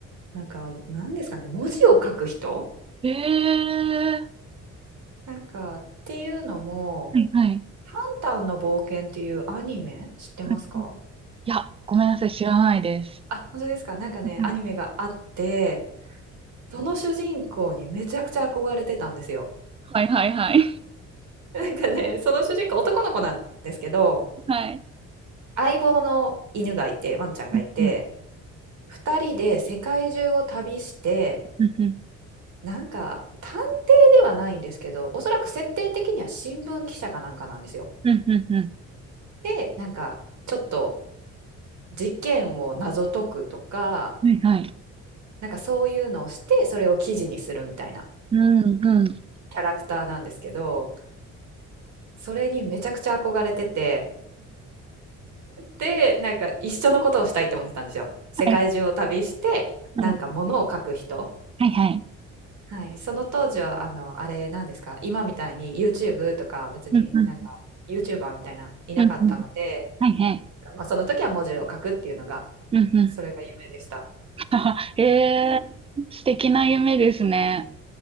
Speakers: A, on the right (about 70°); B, on the right (about 20°).
A: なんか何ですかね、文字を書く人
B: ええー、
A: なんかっていうのも、
B: はいはい。
A: タンタンの冒険っていうアニメ知ってますか
B: はいいや、ごめんなさい、知らないです。
A: あ、本当ですか。なんかね、
B: うんうん
A: アニメがあって、その主人公にめちゃくちゃ憧れてたんですよ。
B: はいはいはい。
A: なんかね、その主人公男の子なんですけど、
B: はい。
A: 相棒の犬がいて、ワンちゃんがいて、
B: うん
A: 二人で世界中を旅して、
B: うんうん
A: なんか探偵ではないんですけど、おそらく設定的には新聞記者かなんかなんですよ。
B: うんうん
A: で、なんかちょっと事件を謎解くとか、
B: うんうんはいはい。
A: なんかそういうのをして、それを記事にするみたいな
B: うんうん。
A: キャラクターなんですけど、それにめちゃくちゃ憧れてて、で、なんか一緒のことをしたいと思ってたんですよ。世界中を旅して、
B: はいは
A: なんか物を書く人。
B: いはい。
A: はい、その当時はあのあれなんですか、今みたいに YouTube とか別になんか
B: うんうん
A: YouTuber みたいないなかったので、
B: うんうんはいはい。
A: なんかまあ、その時は文字を書くっていうのが
B: うんうん。
A: それが夢でした。
B: <laughs> ええー、
A: <laughs>
B: 素敵な夢ですね。